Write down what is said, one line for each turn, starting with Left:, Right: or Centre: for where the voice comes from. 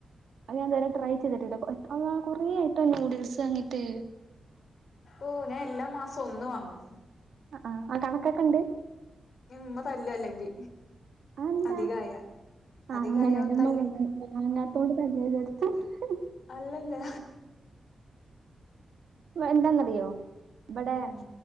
Right: അത് ഞാനിതുവരെ ട്രൈ ചെയ്തിട്ടില്ല ആ കൊറേ ആയിട്ടോ ന്യൂഡിൽസ് വാങ്ങീട്ട്
Left: ഓ ഞാൻ എല്ലാ മാസം ഒന്ന് വാങ്ങും
Right: ആ ആ അ കണക്കൊക്കെ ണ്ട്
Left: ഞ്ഞി മ്മ തല്ലും അല്ലെങ്കി
Right: അതെന്താ
Left: അധികായ
Right: ആഹ്
Left: അധികായ
Right: അങ്ങനെ എന്റെ
Left: തല്ലും
Right: ഉമ്മ <unintelligible>
Left: അല്ലല്ല
Right: വ എന്താന്നറിയോ ഇവടെ
Left: ഉം